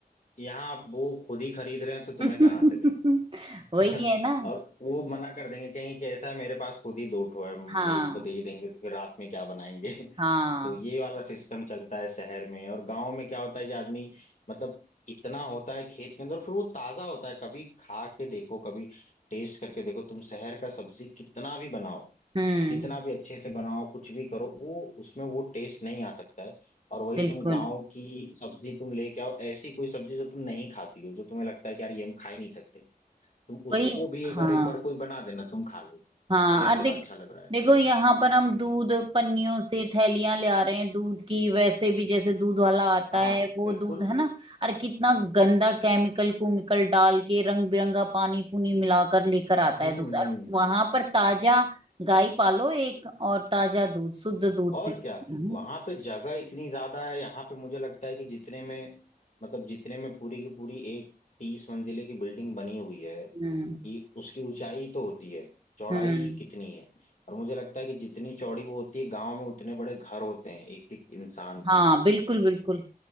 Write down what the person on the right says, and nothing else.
<laughs>
वही
है ना
हाँ
हाँ
हम्म
बिल्कुल
वही
हाँ
हाँ
और
देख
देखो यहाँ पर हम दूध पन्नियों से थैलियां ले आ रहे हैं दूध की वैसे भी जैसे दूध वाला आता
है वो
दूध है ना और कितना गंदा केमिकल कुमिकल डाल के रंग बिरंगा पानी पुनी मिलाकर लेकर आता
है दूध
और वहां
पर ताजा गाय पालो एक और ताजा दूध शुद्ध दूध
पी
हम्म
हम्म
हम्म।
हाँ
बिल्कुल बिल्कुल